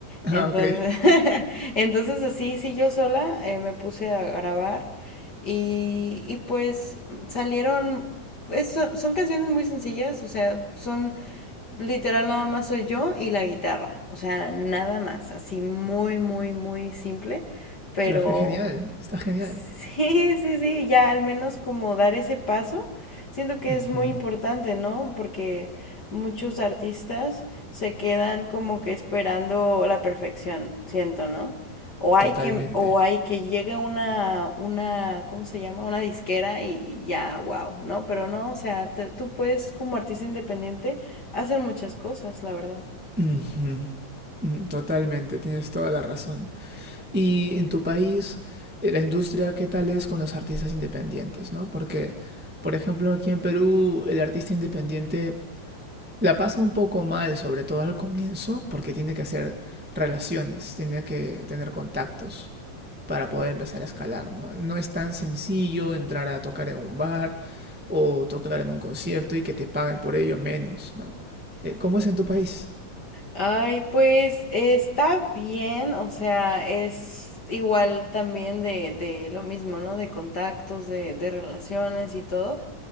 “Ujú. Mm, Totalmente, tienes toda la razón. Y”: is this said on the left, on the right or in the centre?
Centre